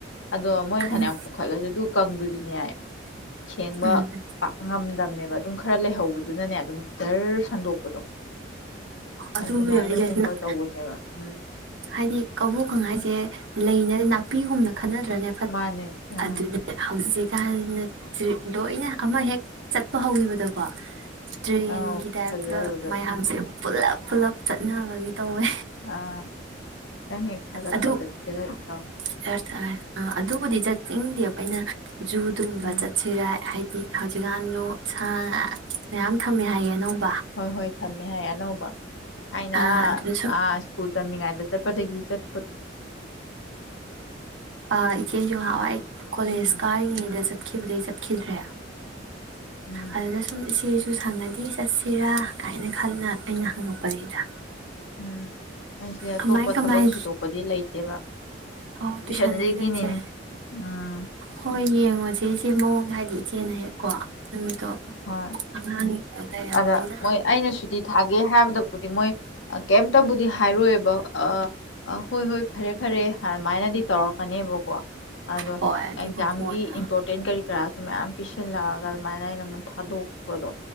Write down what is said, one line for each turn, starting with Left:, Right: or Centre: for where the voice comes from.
Left: ꯑꯗꯣ ꯃꯣꯏꯅ
Right: ꯈꯪ-
Left: ꯐꯅꯌꯥꯝ ꯀꯣꯈꯠꯂꯁꯨ ꯑꯗꯨ ꯀꯪꯗꯨꯗꯤꯅꯦ ꯁꯦꯡꯕ
Right: ꯎꯝ
Left: ꯄꯥꯛ ꯉꯝ ꯗꯝꯅꯦꯕ ꯑꯗꯨꯝ ꯈꯔ ꯂꯩꯍꯧꯕꯗꯨꯅꯅꯦ ꯑꯗꯨꯝ ꯖꯔ ꯁꯟꯗꯣꯛꯄꯗꯣ
Right: ꯑꯗꯨ
Left: ꯑꯗꯨꯃꯥꯏꯅꯒꯨꯝꯕ
Right: ꯌꯦꯡꯉꯨꯅꯦ ꯏꯆꯦ ꯅ-
Left: ꯇꯧꯕꯅꯦꯕ ꯎꯝ
Right: ꯍꯥꯏꯗꯤ ꯀꯕꯣꯛꯀꯪ ꯍꯥꯏꯖꯦ ꯂꯩꯅ ꯅꯥꯄꯤꯒꯨꯝꯅ ꯈꯟꯅꯗ꯭ꯔꯅꯦ ꯐꯠ
Left: ꯃꯥꯅꯦ ꯎꯝ
Right: ꯑꯗꯨꯅꯦ ꯍꯧꯖꯤꯛ ꯍꯧꯖꯤꯛꯀꯥꯟꯖꯤꯅ ꯂꯣꯏꯅ ꯑꯃ ꯍꯦꯛ ꯆꯠꯄ ꯍꯧꯒꯤꯕꯗꯀꯣ ꯇ꯭ꯔꯦꯟꯒꯤ
Left: ꯑꯥꯎ
Right: ꯇꯥꯏꯞꯇ
Left: ꯐꯖꯕꯗꯣ
Right: ꯃꯌꯥꯝꯁꯦ
Left: ꯎꯝ
Right: ꯄꯨꯂꯞ ꯄꯨꯂꯞ ꯆꯠꯅꯕꯒꯤ ꯇꯧꯋꯦ
Left: ꯑꯥ ꯈꯤꯇꯪ ꯍꯦꯛ ꯊꯥꯒꯠ
Right: ꯑꯗꯨ
Left: ꯄꯒ ꯖꯠ ꯂꯥꯎ
Right: ꯆꯔ ꯑ ꯑꯗꯨꯕꯨꯗꯤ ꯆꯠꯅꯤꯡꯗꯦꯕ ꯑꯩꯅ ꯖꯨꯗ ꯒꯨꯝꯕ
Left: ꯎꯝ
Right: ꯆꯠꯁꯤꯔ ꯍꯥꯏꯗꯤ ꯍꯥꯏ ꯍꯧꯖꯤꯛꯀꯥꯟꯗꯣ ꯁꯥ ꯉꯥ ꯃꯌꯥꯝ ꯊꯝꯃꯦ ꯍꯥꯏꯌꯦ ꯑꯅꯧꯕ
Left: ꯍꯣꯏ ꯍꯣꯏ ꯊꯝꯃꯦ ꯍꯥꯏꯌꯦ ꯑꯅꯧꯕ ꯊꯥꯏꯅ
Right: ꯑꯥ ꯑꯗꯨꯗ
Left: ꯑꯥ ꯁ꯭ꯀꯨꯜ ꯇꯝꯃꯤꯉꯥꯏꯗ ꯆꯠ ꯄꯗꯒꯤ ꯆꯠ
Right: ꯑ ꯏꯆꯦꯁꯨ ꯅꯍꯥꯟꯋꯥꯏ ꯀꯣꯂꯦꯖ
Left: ꯎꯝ
Right: ꯀꯥꯔꯤꯉꯩꯗꯆꯠ ꯆꯠꯈꯤꯕꯗꯩ ꯆꯠꯈꯤꯗ꯭ꯔꯦ
Left: ꯎꯝ
Right: ꯑꯗꯨꯗ ꯁꯨꯝ ꯏꯆꯦꯁꯨ ꯁꯨ ꯁꯪꯉꯗꯤ ꯆꯠꯁꯤꯔꯥ ꯀꯥꯏꯅ ꯈꯂ ꯑꯩꯅ ꯍꯪꯉꯛꯄꯅꯤꯗ
Left: ꯎꯝ ꯑꯩꯁꯦ ꯑꯇꯣꯞꯄ
Right: ꯀꯃꯥꯏ
Left: ꯊꯕꯛ
Right: ꯀꯃꯥꯏ
Left: ꯊꯣꯏꯗꯣꯛꯄꯗꯤ ꯂꯩꯇꯦꯕ
Right: ꯑꯧ ꯇꯨꯏꯁꯟꯒꯤꯗꯣ
Left: ꯇꯨꯏꯁꯟꯁꯤꯒꯤꯅꯤꯅꯦ
Right: ꯏꯆꯦ
Left: ꯎꯝ
Right: ꯍꯣꯏ ꯌꯦꯡꯉꯣꯁꯦ ꯏꯆꯦ ꯃꯑꯣꯡ ꯍꯥꯏꯗꯤ ꯏꯆꯦꯅ ꯍꯦꯛꯀꯣ ꯅꯨꯃꯤꯠꯇꯣ
Left: ꯍꯣꯏ
Right: ꯑꯉꯥꯡꯒꯤꯗꯣ ꯂꯩꯔꯕꯅꯤꯅ
Left: ꯑꯗ ꯃꯣꯏ ꯑꯩꯅ ꯁꯨꯇꯤ ꯊꯥꯒꯦ ꯍꯥꯏꯕꯗ ꯗꯤ ꯃꯣꯏ ꯀꯩꯝꯇꯕꯨꯗꯤ ꯍꯥꯏꯔꯛꯑꯣꯏꯕ ꯑ ꯍꯣꯏ ꯍꯣꯏ ꯐꯔꯦ ꯐꯔꯦ ꯍ ꯑꯗꯨꯃꯥꯏꯅꯗꯤ ꯇꯧꯔꯛꯀꯅꯦꯕꯀꯣ ꯑꯗꯣ
Right: ꯍꯣꯏ ꯑꯗꯨꯒ
Left: ꯑꯦꯛꯖꯥꯝꯒꯤ
Right: ꯀꯣꯟꯅ
Left: ꯏꯝꯄꯣꯔꯇꯦꯟ ꯀꯔꯤ ꯀꯔꯥꯁꯨ ꯃꯌꯥꯝ ꯄꯤꯁꯤꯜꯂꯛꯑꯒ ꯑꯗꯨꯃꯥꯏꯅ ꯑꯩꯅ ꯑꯃꯨꯛ ꯊꯥꯗꯣꯛꯄꯗꯣ